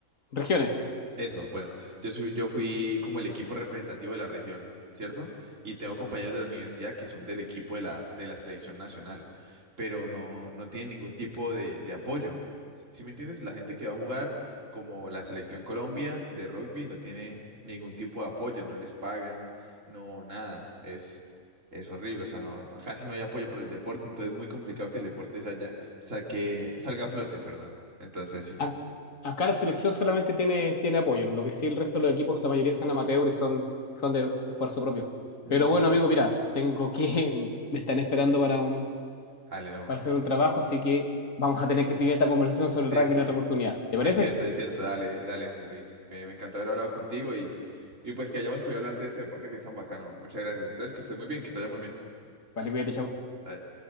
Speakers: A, on the left (about 70°); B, on the right (about 65°).
A: regiones,
B: Eso, bueno, yo soy, yo fui como el equipo representativo de la región, ¿cierto? Y tengo compañeros de la universidad que son del equipo de la, de la selección nacional, pero no, no tienen ningún tipo de, de apoyo. Si me entiendes? La gente que va a jugar como la selección Colombia de rugby no tiene ningún tipo de apoyo, no les pagan, no, nada. Es, es horrible, o sea, no, no- casi no hay apoyo para el deporte, entonces es muy complicado que el deporte salga, saque, salga a flote, perdón. Entonces sí.
A: a- acá la selección solamente tiene, tiene apoyo, lo que sí el resto de los equipos, la mayoría son amateur y son, son de esfuerzo propio.
B: Mm,
A: Pero bueno,
B: ok.
A: amigo, mira, tengo que, <laughs> me están esperando para un,
B: Dale, no.
A: para hacer un trabajo, así que vamos a tener que seguir esta conversación sobre
B: Sí,
A: el rugby
B: sí,
A: en otra oportunidad. ¿Te parece?
B: es cierto, es cierto. Dale, dale, José Luis. Me, me encantó haber hablado contigo y, y pues que hayamos podido hablar de ese deporte que es tan bacano. Muchas gracias. Entonces, que estés muy bien, que te vaya muy bien.
A: Vale, cuídate, chao.
B: Dale.